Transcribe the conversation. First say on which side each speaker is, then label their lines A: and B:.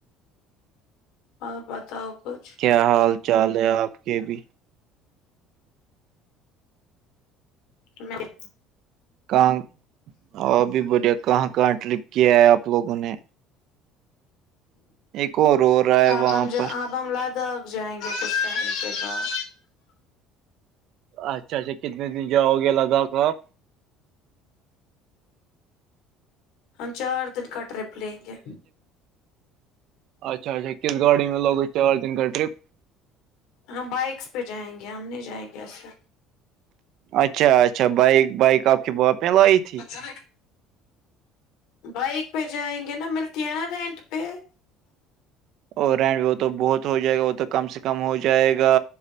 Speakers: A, on the left; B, on the right.
A: ہاں بتاؤ کچھ
B: کیا حال چال ہے آپ کے بھی
A: نہیں
B: کہاں اور اب بھی بڑھیا کہاں کہاں ٹرپ کیا ہے آپ لوگوں نے ایک اور رو رہا ہے
A: آپ
B: وہاں
A: ہم
B: پر
A: آپ ہم لداخ جائیں گے کچھ ٹائم کے بعد
B: اچھا اچھا کتنے دن جاؤ گے لداخ آپ
A: ہم چار دن کا ٹرپ لیں گے
B: اچھ اچا کس گاڑی میں لوگ اس چار دن گن ٹرپ
A: ہاں بائکس پہ جائیں گے ہم نہیں جائیں گے ایسے
B: اچھا اچھا بائک بائک آپ کے باپ میں لائی تھی
A: اج میں بائک پہ جائیں گے نا ملتی ہے نا رینٹ پہ
B: اور رینٹ بھی وہ تو بہت ہو جائے گا وہ تو کم سے کم ہو جائے گا